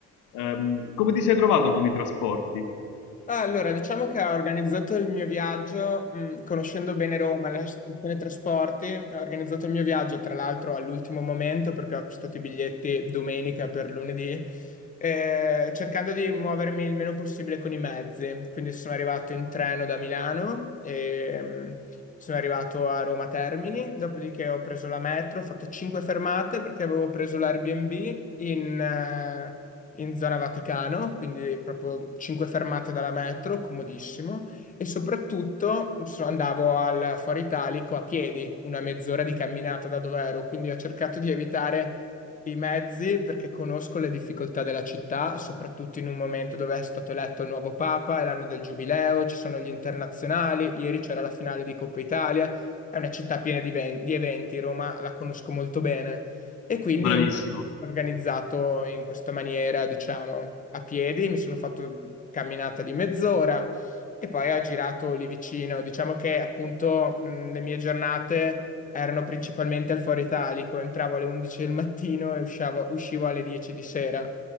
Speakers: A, on the left; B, on the left.
A: Ehm, come ti sei trovato con i trasporti?
B: Ah, Allora, diciamo che ho organizzato il mio viaggio, mh, conoscendo bene Roma, la stazione trasporti, ho organizzato il mio viaggio, tra l'altro all'ultimo momento perché ho acquistato i biglietti domenica per lunedì, eh, cercando di muovermi il meno possibile con i mezzi. Quindi sono arrivato in treno da Milano e mh, sono arrivato a Roma Termini, dopodiché ho preso la metro, ho fatto 5 fermate perché avevo preso l'Airbnb in eh, in zona Vaticano, quindi proprio cinque fermate dalla metro, comodissimo. E soprattutto so- andavo al Foro Italico a piedi, una mezz'ora di camminata da dove ero, quindi ho cercato di evitare i mezzi perché conosco le difficoltà della città, soprattutto in un momento dove è stato eletto il nuovo Papa, è l'anno del Giubileo, ci sono gli internazionali, ieri c'era la finale di Coppa Italia. È una città piena di, ven- di eventi, Roma la conosco molto bene e quindi
A: Bravissimo.
B: mi sono organizzato in questa maniera, diciamo, a piedi, mi sono fatto camminata di mezz'ora e poi ho girato lì vicino. Diciamo che appunto mh, le mie giornate erano principalmente al Foro Italico, entravo alle 11 del mattino e usciavo- uscivo alle 10 di sera.